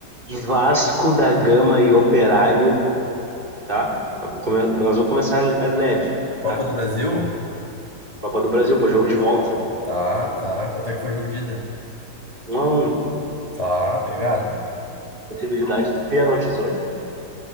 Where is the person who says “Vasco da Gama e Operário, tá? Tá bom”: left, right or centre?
Right